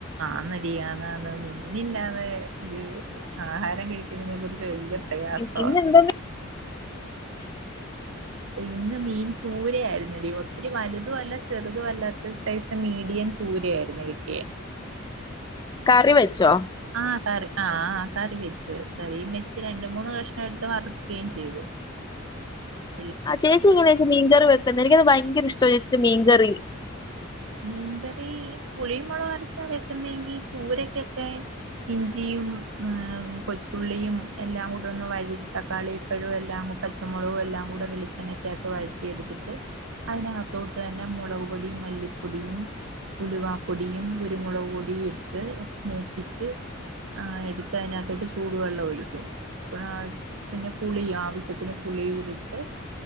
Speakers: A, on the right; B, on the left.
A: ആന്നടി ആന്നാന്ന് മീനില്ലാതെ ഒരു ആഹാരം കഴിക്കുന്നതിനെ കുറി ച്ച് വല്ല്യ പ്രയാസവാ
B: ഇ- ഇന്ന് എന്ത്
A: ഇന്ന് മീൻ ചൂര ആയിരുന്നടി ഒത്തിരി വലുതും അല്ല ചെറുതും അല്ലാത്ത സൈസ് മീഡിയം ചൂരയായിരുന്നു കിട്ടിയേ
B: കറി വെച്ചോ
A: ആഹ് കറി ആഹ് കറി വെച്ച് കറിയും വെച്ച് രണ്ട് മൂന്ന് കഷ്ണം എടുത്ത് വറക്കേം ചെയ്ത് <inaudible>
B: ആഹ് ചേച്ചി എങ്ങനെ ചേച്ചി മീൻ കറി വെക്കുന്നെ എനിക്കത് ഭയങ്കര ഇഷ്ട്ടവാ ചേച്ചീടെ മീൻകറി
A: മീൻകറീ പുളിയും മുളകും അരച്ച വെക്കുന്നെങ്കി ചൂരക്കക്കെ ഇഞ്ചിയും ആഹ് കൊച്ചുള്ളിയും എല്ലാം കൂടൊന്നു വഴ തക്കാളിപ്പഴോ എല്ലാം പച്ചമുളകും എല്ലാം കൂടെ വെളി ച്ചെണ്ണക്കാത്ത് വഴറ്റി എടുത്തിട്ട് അതിനകത്തോട്ട് തന്നെ മുളക്പൊടിം മല്ലി പ്പൊടിയും ഉലുവാപ്പൊടിയും കുരുമുളക് പൊടിയും ഇട്ട് മൂപ്പിച്ച് ആഹ് എടുത്ത് അതിനാത്തോട്ട് ചൂടുവെള്ളം ഒഴിക്കും ആഹ് പിന്നെ പുളി ആവശ്യത്തിന് പുളിയൂടിട്ട്